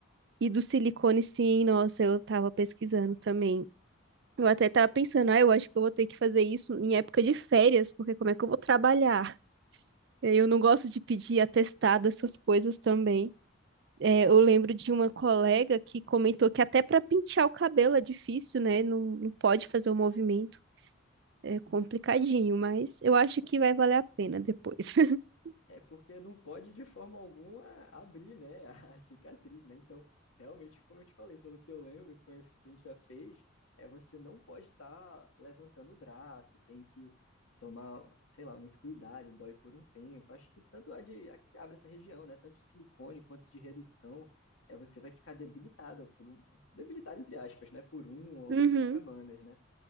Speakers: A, on the right; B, on the left.
A: E do silicone, sim, nossa, eu tava pesquisando também. Eu até tava pensando, ah, eu acho que eu vou ter que fazer isso em época de férias, porque como é que eu vou trabalhar? Eu não gosto de pedir atestado, essas coisas também. É, eu
B: É
A: lembro de uma colega que comentou que até para pentear o cabelo é difícil, né? Não, não pode fazer o movimento. É complicadinho, mas eu acho que vai valer a pena depois. <laughs>
B: É porque não pode de forma alguma abrir, né, a <laughs> cicatriz, né? Então, realmente, como eu te falei, pelo que eu lembro, com esse que a gente já fez, é você não pode estar levantando o braço, tem que tomar, sei lá, muito cuidado, dói por um tempo. Acho que tanto a de a que abre essa região, né, tanto de silicone quanto de redução, é você vai ficar debilitada por um, debilitada entre aspas, né, por um ou
A: Uhum,
B: duas semanas, né?